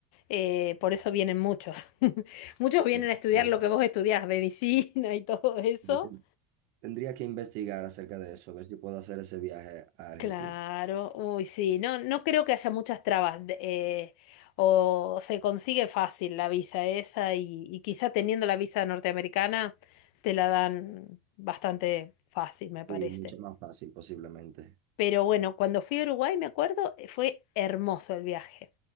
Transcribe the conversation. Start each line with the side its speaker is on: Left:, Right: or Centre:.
Left: eh, por eso vienen muchos. <laughs> Muchos vienen
Right: Y
Left: a estudiar lo que vos estudiás, medicina y todo eso.
Right: ten- Tendría que investigar acerca de eso, a ver si puedo hacer ese viaje a Argentina.
Left: Claro, uy, sí, no, no creo que haya muchas trabas de- eh, o se consigue fácil la visa esa y, y quizá teniendo la visa norteamericana te la dan bastante fácil, me parece.
Right: Sí, mucho más fácil posiblemente.
Left: Pero bueno, cuando fui a Uruguay, me acuerdo, eh, fue hermoso el viaje.